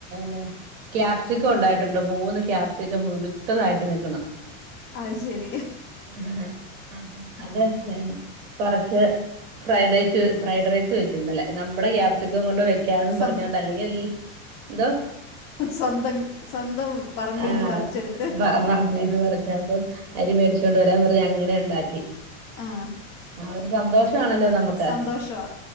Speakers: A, on the right (about 65°); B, on the left (about 40°).
A: നെ ക്യാപ്സിക്കം ഉണ്ടായിട്ടുണ്ട് മൂന്ന് ക്യാപ്സിക്കം മുഴുത്തതായിട്ട് നിൽക്കണ്.
B: അത് ശരി
A: ആഹ് അപ്പം
B: ആ
A: അത് പറിച്ച്. ഫ്രൈഡ് ഡൈസ് ഫ്രൈഡ് റൈസ് വെച്ചിന്നലെ നമ്മുടെ ക്യാപസിക്കം കൊണ്ട്. ക്കാന്നും
B: സ്വ
A: പറഞ്ഞോണ്ട് അല്ലെങ്കിൽ എന്തോ
B: സ്വന്തം സ്വന്തം പറമ്പിൽ
A: ആഹ്
B: നിന്ന് പറിച്ചെടുത്ത്
A: വ അതീന്ന് പറച്ചപ്പം അരിമേടിച്ചൊണ്ട് വരാൻ പറഞ്ഞ് അങ്ങനെ ഉണ്ടാക്കി.
B: ആ
A: ആ ഒരു സന്തോഷമാണല്ലോ നമുക്ക്.
B: സന്തോഷം